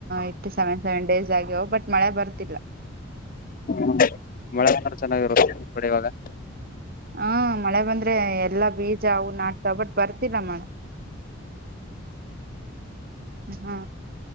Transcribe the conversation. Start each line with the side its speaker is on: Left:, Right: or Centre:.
Right: ಇತ್ತು ಸೆವೆನ್ ಸೆವೆನ್ ಡೇಸ್ ಆಗ್ಯ್ ಬಟ್ ಮಳೆ ಬರ್ತಿಲ್ಲಾ
Left: ಹ್ಮ ಮಳೆ ಚೆನ್ನಾಗಿರುತ್ತೆಡಿ ಇವಾಗ
Right: ಹ್ಮ ಮಳೆ ಬಂದ್ರೆ ಎಲ್ಲಾ ಬೀಜ ಅವು ನಾಟತ ಬಟ್ ಬರ್ತಿಲ್ಲ ಮಳೆ ಹ್ಮ